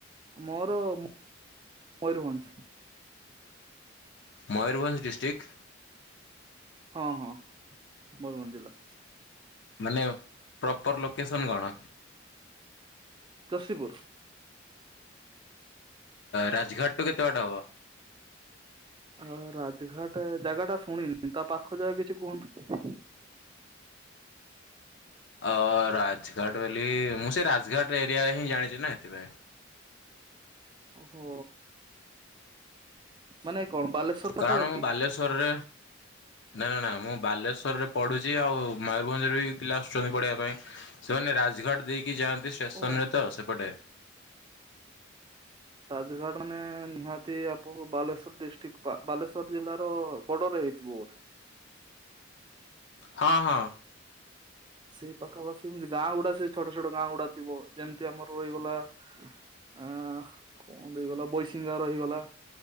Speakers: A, on the right (about 25°); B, on the left (about 60°).
A: ମୋର ମୟରଭଞ୍ଜ।
B: ମୟୂରଭଞ୍ ଡିଷ୍ଟ୍ରିକ୍?
A: ହଁ ହଁ ମୟରଭଞ୍ ଜିଲ୍ଲା।
B: ମାନେ ପ୍ରପର ଲୋକେସନ୍ କଣ?
A: ଜୋଷୀପୁର
B: ରାଜଘାଟ ଠୁ କେତେ ବାଟେ ହେବ?
A: ହ ରାଜଘାଟ ଜାଗା ଟା ଶୁଣିନି ତା ପାଖ ଯାଗ କିଛି କୁହନ୍ତୁ?
B: ଅ ରାଜଘାଟ ବୋଲି ମୁଁ ସେ ରାଜଘାଟ ଏରିଆରେ ହିଁ ଜାଣିଛି ନା ସେଥିପାଇଁ।
A: ଓହୋ ମାନେ କଣ ବାଲେଶ୍ଵର ପାଖାପାଖି
B: କାରଣ ମୁଁ ବାଲେଶ୍ୱରରେ ନା ନା ନା ମୁଁ ବାଲେଶ୍ୱରରେ ପଢ଼ୁଛି ଆଉ ମୟୂରଭଞ୍ଜରେ ବି ପିଲା ଆସୁଛନ୍ତି ପଢ଼ିବା ପାଇଁ। ସେମାନେ ରାଜଘାଟ ଦେଇକି ଯାଆନ୍ତି ଷ୍ଟେସନ
A: ଓ
B: ରେ ତ ସେପଟେ।
A: ରାଜଘାଟ ମାନେ ନିହାତି ଆପଣ ବାଲେଶ୍ୱର ଡିଷ୍ଟ୍ରିକ୍ଟ ବାଲେଶ୍ଵର ଜିଲ୍ଲାର ବର୍ଡରରେ ହେଇଥିବ ବୋ
B: ହଁ ହଁ।
A: ସେଇ ପାଖାପାଖି ଏମିତି ଗାଁ ଗୁଡା ସେ ଛୋଟ ଛୋଟ ଗାଁ ଗୁଡା ଥିବ ଯେମିତି ଆମର ରହିଗଲା। ଆଁ କଣ ଦେଇଗଲା ବୈଶଙ୍ଗ ରହିଗଲା।